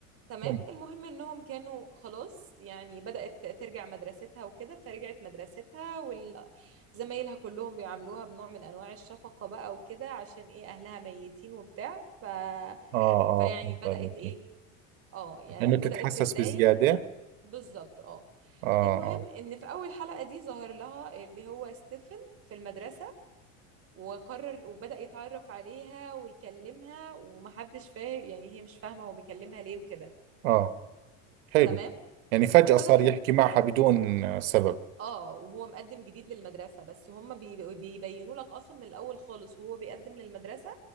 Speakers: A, on the right; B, on the right.
A: تمام
B: تمام.
A: المهم انهم كانوا خلاص يعني بدأت ترجع مدرستها وكده فرجعت مدرستها وزمايلها كلهم بيعاملوها بنوع من انواع الشفقة بقى وكده عشان ايه اهلها ميتين وبتاع ف
B: اه
A: فيعني
B: اه فهمت
A: بدأت
B: عليك
A: ايه اه يعني
B: انه
A: بدأت
B: تتحسس
A: تتضايق
B: بزيادة
A: بالظبط اه
B: اه
A: المهم
B: اه
A: ان في اول حلقة دي ظهر لها اللي هو ستيفن في المدرسة وقرر وبدأ يتعرف عليها ويكلمها ومحدش فاهم يعني هي مش فاهمة هو بيكلمها ليه وكده
B: اه حلو
A: تمام
B: يعني فجأة
A: وبدأ
B: صار يحكي معها بدون آه، سبب
A: اه وهو مقدم جديد للمدرسة بس هم بيب- بيبينوا لك اصلا من الاول خالص وهو بيقدم للمدرسة